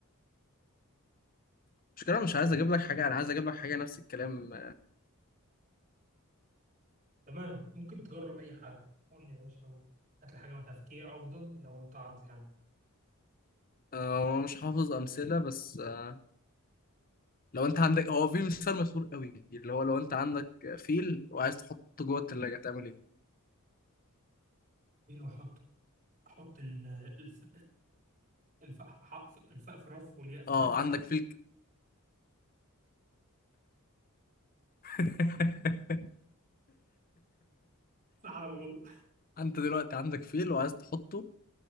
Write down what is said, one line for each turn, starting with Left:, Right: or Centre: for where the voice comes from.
Left: مش كده مش عايز اجيب لك حاجة انا عايز اجيب لك حاجة نفس الكلام
Right: تمام ممكن تجرب اي حاجه قول لي يا باشا لو هات لي حاجه مع تفكير افضل لو تعرف يعني
Left: آه مش حافظ امثلة بس آه، لو انت عندك هو في مثال مشهور قوي اللي هو لو انت عندك فيل وعايز تحطه جوه التلاجة تعمل ايه
Right: ايه لو احط احط ال- الف الفاء في حق- الفاء في رف والياء في
Left: اه
Right: رف
Left: عندك
Right: <laughs>
Left: فيل ك- <laughs>
Right: صح على الغلط
Left: انت دلوقتي عندك فيل وعايز تحطه